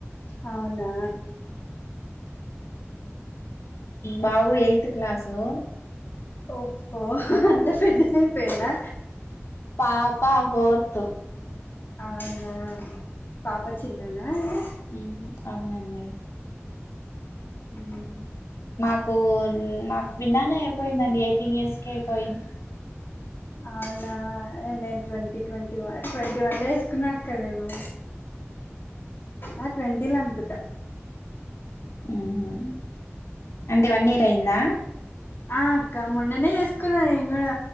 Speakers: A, on the left (about 45°); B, on the left (about 70°).
A: అవునా
B: బాబు ఎయిత్ క్లాసు
A: ఓహో అన్ పెద్దగైపోయిండా
B: పాప ఫోర్త్
A: అవునా పాపా చిన్ననా ఇగ
B: ఉమ్ అవునండి
A: ఉమ్
B: నాకు నాకు విన్నానే అయిపోయిందండి ఎయిటీన్ ఇయర్స్ కే అయిపోయింది
A: అవునా నేను ట్వంటీ ట్వంటీ వ ట్వంటీ వన్ ల చేసుకున్నా అక్కా నేను ఆ ట్వంటీల అనుకుంటా
B: ఉమ్ హ్ అంటే వన్ ఇయర్ అయిందా
A: ఆ అక్క మొన్ననే చేసుకున్న నేను గూడా